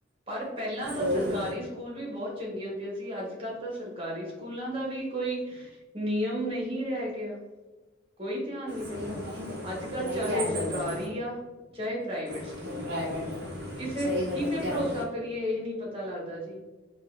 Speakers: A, on the right; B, on the right.
A: ਪਰ ਪਹਿਲਾਂ ਤਾਂ
B: ਉਹੀ
A: ਸਰਕਾਰੀ
B: ਹੈ।
A: ਸਕੂਲ ਵੀ ਬਹੁਤ ਚੰਗੀਆਂ ਹੁੰਦੀਆਂ ਸੀ ਅੱਜ ਕੱਲ੍ਹ ਤਾਂ ਸਰਕਾਰੀ ਸਕੂਲਾਂ ਦਾ ਵੀ ਕੋਈ ਨਿਯਮ ਨਹੀਂ ਰਹਿ ਗਿਆ ਕੋਈ ਧਿਆਨ ਨਹੀਂ ਦਿੰਦਾ।
B: ਸਹੀ ਹੈ, ਨਹੀਂ ਦੇ-
A: ਅੱਜ ਕੱਲ੍ਹ
B: ਨਹੀਂ
A: ਚਾਹੇ
B: ਧਿਆਨ
A: ਸਰਕਾਰੀ
B: ਦਿੰਦੇ
A: ਆ ਚਾਹੇ ਪ੍ਰਾਈਵੇਟ ਸਕੂਲ
B: ਉਹ ਪ੍ਰਾਈਵੇਟ
A: ਆ
B: ਹੈ
A: ਕਿਸੇ
B: ਸਹੀ ਗੱਲ
A: ਕਿਤੇ
B: ਹੈ ਧਿਆਨ
A: ਭਰੋਸਾ ਕਿਆ ਕਰੀਏ ਇਹੀ ਨੀ ਪਤਾ ਲੱਗਦਾ ਜੀ